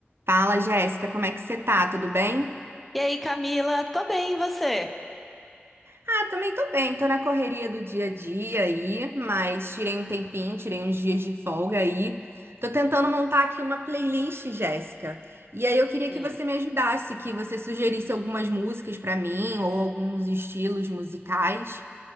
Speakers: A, on the right (about 70°); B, in the centre.
A: Fala, Jéssica, como é que você tá? Tudo bem?
B: E aí, Camila? Tô bem, e você?
A: Ah, também tô bem, tô na correria do dia a dia aí, mas tirei um tempinho, tirei uns dias de folga aí. Tô tentando montar aqui uma playlist, Jéssica. E aí eu queria
B: Hum.
A: que você me ajudasse, que você sugerisse algumas músicas pra mim ou alguns estilos musicais.